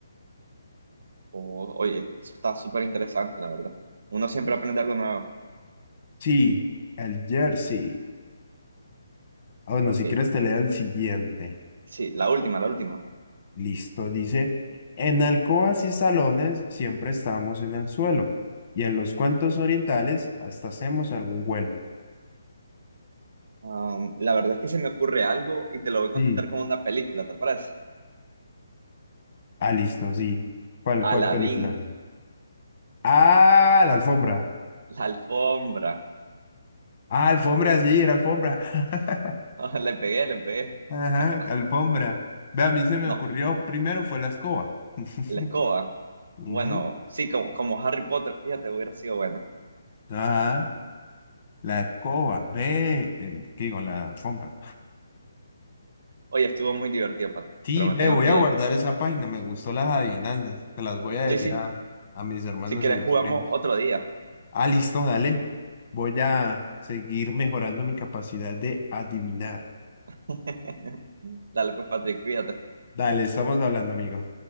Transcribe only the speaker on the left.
Sí, el jersey. Ah, bueno,
si quieres te leo el siguiente.
Listo, dice, en alcobas y salones siempre estamos en el suelo y en los cuentos orientales hasta hacemos algún vuelo.
Sí.
Ah, listo, sí. ¿Cuál, cuál
película? Ah, la alfombra.
Ah, alfombra, sí, era alfombra. <laughs>
Ajá,
alfombra. Ve, a mí se me
ocurrió primero fue la escoba. <laughs>
Ujú.
Ajá, la escoba. Ve, em, ¿qué digo, la alfombra.
Sí,
ve,
voy
a guardar
esa página. Me gustó las adivinanzas. Se las voy a decir
a, a mis hermanos
y a mis
primos.
Ah, listo, dale. Voy a seguir mejorando mi capacidad de adivinar.
Dale, estamos hablando, amigo.